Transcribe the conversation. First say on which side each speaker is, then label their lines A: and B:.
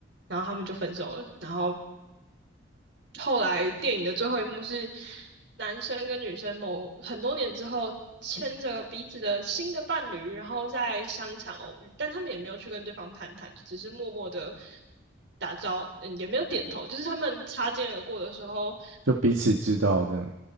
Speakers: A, on the right; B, on the right.
A: 然后他们就分手了。然后后来电影的最后一幕是男生跟女生某很多年之后牵着彼此的新的伴侣，然后在商场偶遇，但他们也没有去跟对方攀谈，只是默默的打招，嗯，也没有点头，就是他们擦肩而过的时候，
B: 就彼此知道这样。